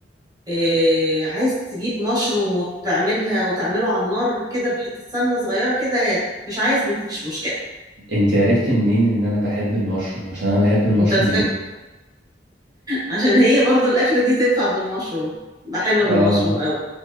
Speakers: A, on the right; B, on the right.
A: إيه عايز تجيب مشروم وتعملها وتعمله على النار كده بحتة سمنة صغيرة كده هات مش عايز مفيش مشكلة
B: انت عرفتي منين ان انا بحب المشروم عشان انا بحب المشروم
A: انت بتحب
B: جدا
A: عشان هي برضو الأكلة دي تنفع بالمشروم تبقى حلوة بالمشروم
B: اه
A: أوي